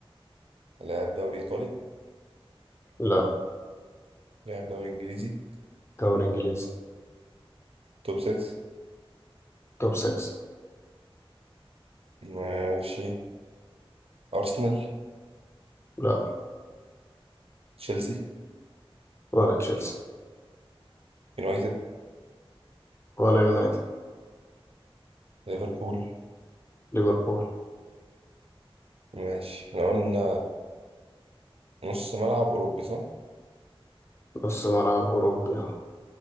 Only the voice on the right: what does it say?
لعب دوري ايطالي
لعب دوري انجليزي
توب 6
ماشي ارسنال
تشيلسي
يونايتد
ليفربول
ماشي احنا قلنا نص ملعب اوروبي صح